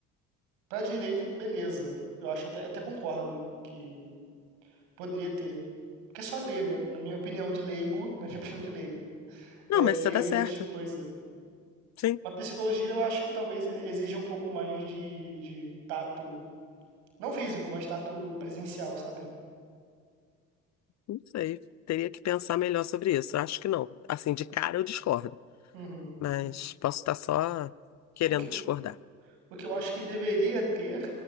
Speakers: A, on the right; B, on the left.
A: Pra direito, beleza. Eu acho até, até concordo que Poderia ter. Porque é só ler, né? Na minha opinião de leigo, na minha <laughs> opinião de leigo,
B: Não,
A: é
B: mas
A: ler
B: você tá
A: um monte
B: certa.
A: de coisa.
B: Sim,
A: Mas psicologia eu acho que talvez exija um pouco mais de, de tato, não físico, mas tato presencial, sabe?
B: não sei. Teria que pensar melhor sobre isso. Eu acho que não. Assim, de cara eu discordo.
A: Uhum.
B: Mas posso estar só querendo
A: O que,
B: discordar.
A: o que eu acho que deveria ter